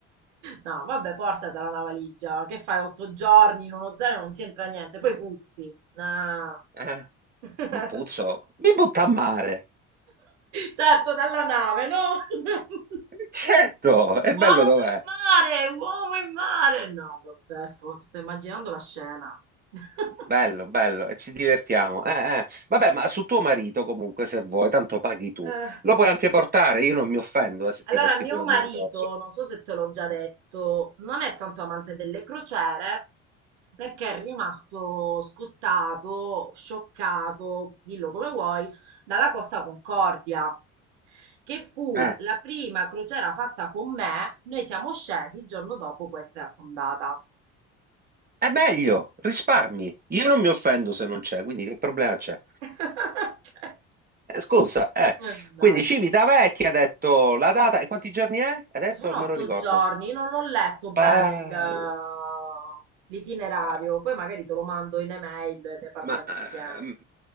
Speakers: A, on the right; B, on the right.
A: No, vabbè, portatela una valigia. Che fai? Otto giorni in uno zaino non ti entra niente, poi puzzi. No.
B: Eh,
A: <laughs>
B: mi puzzo, mi butta a mare.
A: Certo, dalla nave, no? <laughs>
B: Certo, è bello
A: Uomo
B: dov'è?
A: in mare, uomo in mare. No, vabbè, sto, sto immaginando la scena. <laughs>
B: Bello, bello, e ci divertiamo. Eh, eh. Vabbè, ma su tuo marito comunque, se vuoi, tanto paghi tu.
A: Eh,
B: Lo puoi anche portare, io non mi offendo eh, se
A: allora,
B: ti porti
A: mio
B: pure
A: marito,
B: il maritozzo.
A: non so se te l'ho già
B: Eh,
A: detto, non è tanto amante delle crociere perché è rimasto scottato, scioccato, dillo come vuoi, dalla Costa Concordia, che fu
B: Eh,
A: la prima crociera fatta con me. Noi siamo scesi, il giorno dopo questa è affondata.
B: è meglio, risparmi. Io non mi offendo se non c'è, quindi che problema c'è?
A: <laughs>
B: Eh, scusa, eh.
A: Mannaggia.
B: Quindi Civitavecchia ha detto la data e quanti giorni è? Ha detto,
A: Sono
B: non
A: otto
B: me lo ricordo.
A: giorni, non ho letto bene
B: Bello,
A: il, eh, l'itinerario,
B: bello.
A: poi magari te lo mando in email e ne parliamo
B: Ma, ehm,
A: insieme.